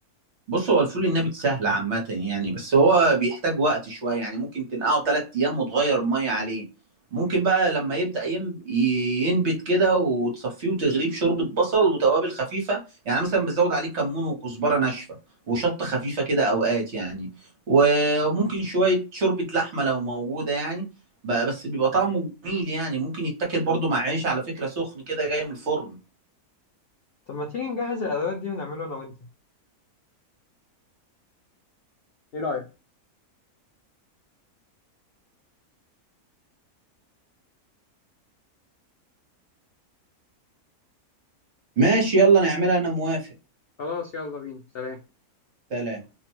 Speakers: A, on the right; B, on the left.
A: بص هو الفول النابت سهل عامة يعني بس هو بيحتاج وقت شوية يعني ممكن تنقعه تلات أيام وتغير المية عليه ممكن بقى لما يبدأ ين- ينبت كده وتصفيه وتغليه بشوربة بصل وتوابل خفيفة يعني مثلا بتزود عليه كمون وكزبرة ناشفة وشطة خفيفة كده أوقات يعني وممكن شوية شوربة لحمة لو موجودة يعني بقى بس بيبقى طعمه جميل يعني ممكن يتاكل برضه مع عيش على فكرة سخن كده جاي من الفرن
B: طب ما تيجي نجهز الأدوات دي ونعمله أنا وأنت ايه رأيك
A: ماشي يلا نعملها أنا موافق
B: خلاص يلا بينا سلام
A: سلام